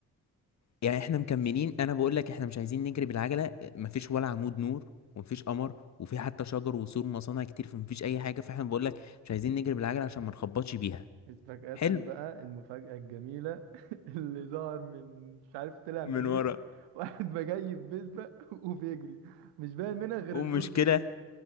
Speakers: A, on the left; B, on the right.
A: يعني احنا مكملين انا بقول لك احنا مش عايزين نجري بالعجله مفيش ولا عمود نور ومفيش قمر وفي حتى شجر وسور مصانع كتير فمفيش اي حاجه فاحنا بقول لك مش عايزين نجري بالعجله عشان ما نخبطش بيها
B: <laughs> فجأة
A: حلو
B: بقى المفاجأة الجميلة <laughs> اللي ظهر من مش عارف طلع منين
A: من ورا
B: <laughs> واحد بجاي في بيسبق وبيجري مش باين منها غير
A: والمشكلة
B: النور بس